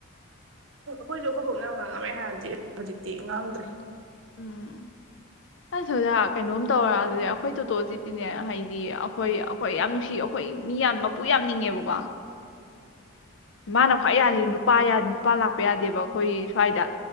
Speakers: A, on the right; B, on the left.
A: ꯑꯩꯈꯣꯏꯁꯨ ꯑꯩꯈꯣꯏꯕꯣꯛꯅ ꯉꯥꯡꯉꯝꯃꯦ ꯍꯥꯟꯅꯗꯤ ꯍꯧꯖꯤꯛꯇꯤ ꯉꯥꯡꯗ꯭ꯔꯦ
B: ꯎꯝ ꯑꯩꯁ ꯑꯣꯖꯥ ꯀꯩꯅꯣꯝ ꯇꯧꯔꯛꯑꯗꯤ ꯑꯩꯈꯣꯏ ꯇꯣꯇꯣꯖꯤꯗꯤꯅꯦ ꯍꯩ ꯑꯈꯣꯏ ꯑꯈꯣꯏ ꯌꯥꯝ ꯅꯨꯡꯁꯤ ꯁꯤ ꯑꯈꯣꯏ ꯃꯤ ꯌꯥꯝ ꯃꯄꯨ ꯌꯥꯝꯅꯤꯡꯉꯦꯕꯀꯣ
A: ꯎꯝ
B: ꯃꯥꯅ ꯈ꯭ꯋꯥꯏ ꯌꯥꯗꯖꯤ ꯅꯨꯄꯥ ꯅꯨꯄꯥ ꯂꯥꯛꯄ ꯌꯥꯗꯦꯕ ꯑꯩꯈꯣꯏ ꯁ꯭ꯋꯥꯏꯗ